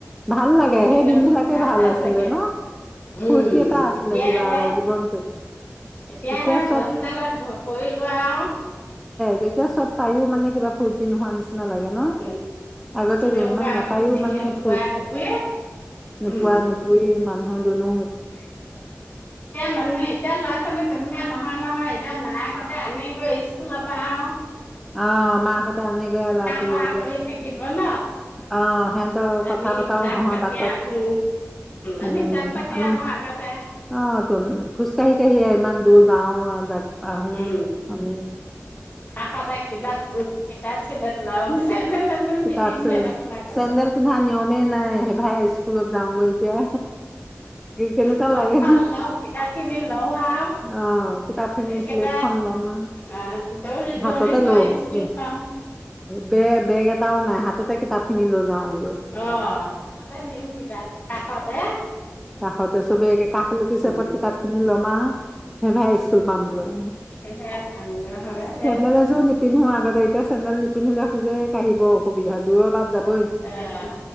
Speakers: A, in the centre; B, on the left.
A: ভাল
B: সৰুদিনৰ
A: লাগে সেই দিন
B: কথা
A: বিলাকে
B: ভাল
A: আছিলে
B: লাগে
A: ন
B: উম
A: ফূৰ্তি এটা আছিলে
B: এতিয়াহে
A: কিবা এটা জীৱনটো
B: এতিয়াহে
A: এতিয়া চব
B: জংজালত পৰি লোৱা আৰুা
A: তেতিয়া চব পায়ো মানে কিবা ফূৰ্তি নোহোৱা নিচিনা
B: <unintelligible>
A: লাগে ন
B: এতিয়া
A: আগতে যে
B: ল'ৰা
A: ইমান নাপায়ো মানে
B: ছোৱালী
A: ফু
B: তেনেকুৱা নহয়
A: নোপোৱা নোপুৰি
B: নহয়,
A: মানুহৰ দুনো
B: এতিয়া মাক হঁতে আনে গৈ স্কুলৰ পৰাও
A: অঁ মাক হঁতে আনেগৈ ল'ৰা ছোৱালী
B: কৰা
A: কেইটা,
B: কৰি থাকিব ন
A: আহ সিহতৰ কথা
B: আমি
A: পতাও
B: জাক
A: নহয়
B: পাতি
A: বাটত
B: আহো
A: উম
B: আমি জাক পাতি
A: আমি,
B: আহো আগতে
A: আহ তো খোজকাাঢ়ি কাঢ়ি ইমান দূৰ যাও আহ আহো
B: উম
A: আমি
B: কাষতে কিতাপ <unintelligible>
A: কিতাপ
B: নিপিন্ধোৱে
A: চ
B: দেখোন আগতে
A: চেণ্ডেল পোন্ধা নিয়মে নাই হে ভাই স্কুলত যাওঁগৈ এতিয়া কেনেকুৱা
B: পথখন
A: লাগে
B: লওঁ কিতাপ খিনি লওঁ আৰু
A: অ কিতাপ
B: একেবাৰে
A: চিলেট খন লম
B: আহ দৌৰি
A: হাততে
B: দৌৰি গৈ
A: লওঁ
B: স্কুল
A: এ
B: পাওঁ
A: বে বেগ এটা এটাওঁ নাই হাততে কিতাপ খিন লৈ যাও গৈ
B: অ তাতে নিউ কেইটা কাষতে
A: কাষতে চবে কাষলতি
B: উম
A: চেপত কিতাপ খিনি লমা সেই ভাই স্কুল পামগৈ
B: সেয়া সংগ্ৰহালয়
A: চেন্দেল
B: যে
A: এযোৰ নিপিন্ধো আগতে এতিয়া চেন্দেল নিপিন্ধিলে খোজ কাঢ়ি কাঢ়ি বৰ অসুবিধা টোওঁ কৰবাত যাব।
B: আহ